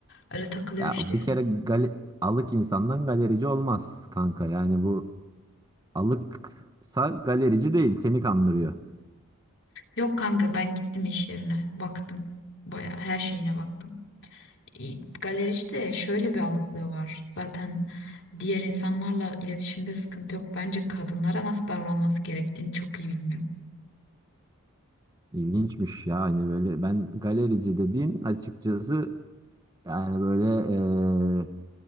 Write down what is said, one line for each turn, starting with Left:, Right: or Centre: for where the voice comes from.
Left: Öyle takılıyor
Right: Ya
Left: işte.
Right: bir kere gale- alık insandan galerici olmaz kanka yani bu Alıksa galerici değil, seni kandırıyor.
Left: Yok kanka ben gittim iş yerine. Baktım. Bayağı her şeyine baktım. E, Galericide şöyle bir alıklığı var. Zaten diğer insanlarla iletişimde sıkıntı yok. Bence kadınlara nasıl davranması gerektiğini çok iyi bilmiyor.
Right: İlginçmiş ya hani böyle ben galerici dediğin açıkçası yani böyle eee,